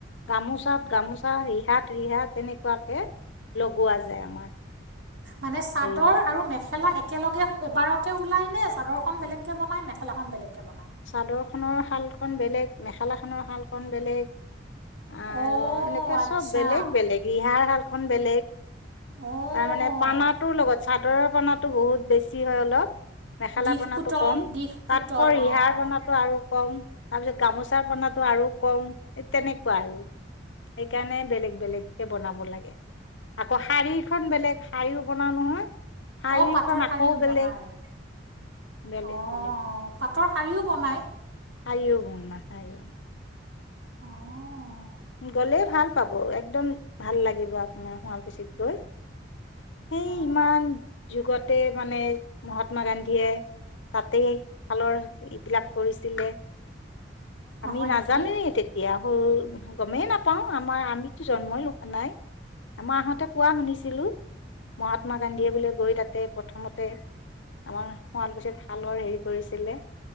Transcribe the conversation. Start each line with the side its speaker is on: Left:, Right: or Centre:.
Left: গামোচাত গামোচা, ৰিহাত ৰিহাত তেনেকুৱাকে লগোৱা যায় আমাৰ।
Right: মানে চাদৰ
Left: হেৰিবোৰ
Right: আৰু মেখেলা এক একেলগে এবাৰতে ওলায় নে চাদৰখন বেলেগকৈ বনায়, মেখেলাখন বেলেগকৈ বনায়
Left: চাদৰখনৰ শালকণ বেলেগ, মেখেলাখনৰ শালকণ বেলেগ। আৰু
Right: অ'
Left: এনেকে
Right: আচ্ছা
Left: চব বেলেগ বেলেগ ৰিহাৰ শালখন বেলেগ
Right: অ'
Left: তাৰমানানে পানাটোৰ লগত চাদৰৰ পানাো বহুত বেছি হয় অলপ মেখেলা
Right: দিশ
Left: পনাটো
Right: পুতল
Left: কম
Right: দিশ পুতল
Left: তাতকৈ ৰিহাৰ
Right: অ', অ'
Left: পনাটো আৰু কম তাৰ পিছত গামোচা বনাতো আৰু কম তেনেকুৱা আৰু সেইকাৰণে বেলেগ বেলেগকে বনাব লাগে। আকৌ শাৰীখন বেলেগ, শাৰীও বনাও নহয়। শাৰীখন
Right: অ, পাটৰ শাৰীও
Left: আকৌ
Right: বনাই,
Left: বেলেগ
Right: অ,
Left: বেলেগ বেলেগ
Right: পাটৰ শ শাৰিও বনায়?
Left: শাৰীও বনাও <unintelligible>
Right: অঁ
Left: গ'লে ভাল পাব, একদম ভাল লাগিব আপোনাৰ শুৱালকুছিত গৈ। সেই
Right: অঁ
Left: ইমান যুগতে মানে, মহাত্মা গান্ধীয়ে তাতেই, শালৰ এইবিলাক কৰিছিলে।
Right: অঁ
Left: আমি
Right: হয়
Left: নাজানেই
Right: নেকি
Left: তেতিয়া সৰু গমেই নাপাওঁ, আমাৰ আমিতো জন্মই হোৱাই নাই। মাহঁতে কোৱা শুনিছিলোঁ, মহাত্মা গান্ধীয়ে বোলে গৈ তাতে প্ৰথমতে আমাৰ শুৱালকুছিত শালৰ হেৰি কৰিছিলে